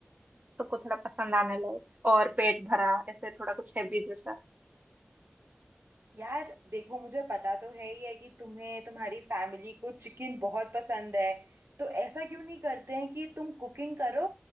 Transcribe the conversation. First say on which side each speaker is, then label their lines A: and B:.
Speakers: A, on the right; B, on the right.
A: सबको थोड़ा पसंद आने लगे और पेट भरा ऐसे थोड़ा कुछ हैवी जैसा
B: यार देखो मुझे पता तो है ही है कि तुम्हें तुम्हारी फैमिली को चिकन बहुत पसंद है तो ऐसा क्यों नहीं करते हैं कि तुम कुकिंग करो